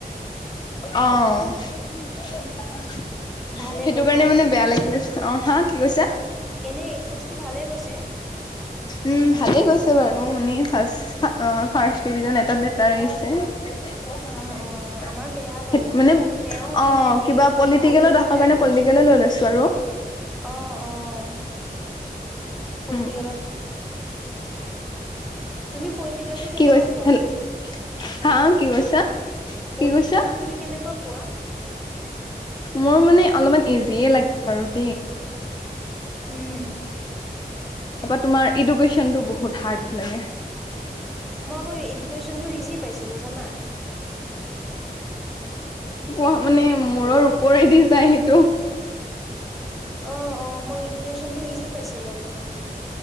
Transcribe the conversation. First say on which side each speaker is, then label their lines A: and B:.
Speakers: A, on the left (about 25°); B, in the centre.
A: অহ' সেইটো
B: ভালে গ'ল
A: কাৰণে
B: ন
A: মানে বেয়া লাগিল, অ', হা কি কৈছা?
B: এনেই এইচ এছটো ভালে গৈছে।
A: উম, ভালে গৈছে বাৰু মানে ফাৰ্চ-ফাৰ্চট ডিভিজন এটাত লেটাৰ আহিছে।
B: অ', অ', আমাৰ বেয়া বাৰু।
A: মানে অ',
B: তেওঁ মানে ডিগ্ৰীটোত
A: কিবা পলিটিকেলত
B: ভাল কৰিব
A: আহা
B: ট্ৰাই
A: কাৰণে
B: কৰিছোঁ।
A: পলিটিকেলে লৈ লৈছো আৰু।
B: অ', অ', পলটি
A: উম।
B: তুমি পলিটিকেলটো কেনেকুৱা
A: কি কৈছ
B: পোৱা?
A: হেল
B: হেল্ল',
A: হা কি কৈছা কি
B: পলিটিকেলটো
A: কৈছা?
B: তুমি কেনেকুৱা পোৱা?
A: মোৰ মানে অলপমান ইজিয়ে লাগে বাৰু দেই।
B: হম।
A: তাৰপা তোমাৰ এডুকেশ্বনটো বহুত হাৰ্ড লাগে।
B: মই বাৰু এডুকেশ্বনটো ইজি পাইছিলোঁ জানা।
A: পোৱা মানে মূৰৰ
B: হেল্ল'
A: ওপৰেদি যায় সেইটো।
B: অ', অ', মই এডুকেশ্বনটো ইজি পাইছিলোঁ আকৌ কিন্তু।